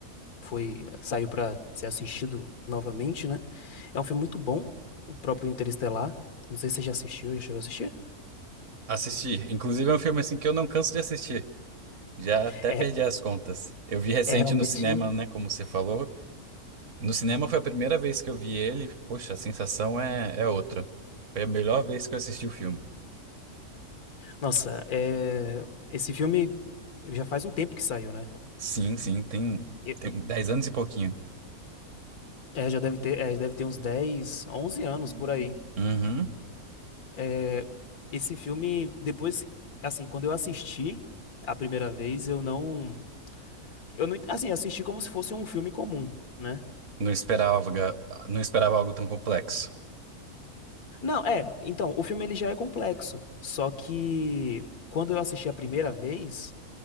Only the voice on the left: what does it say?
foi, saiu pra ser assistido novamente, né? É um filme muito bom, o próprio Interestelar. Não sei se você já assistiu, já chegou a assistir?
É,
é realmente.
Nossa, é, esse filme já faz um tempo que saiu, né?
E-
É, já deve ter, é, deve ter uns 10, 11 anos por aí.
É, esse filme, depois, assim, quando eu assisti a primeira vez, eu não, eu não, assim, assisti como se fosse um filme comum, né?
Não, é, então, o filme ele já é complexo, só que quando eu assisti a primeira vez,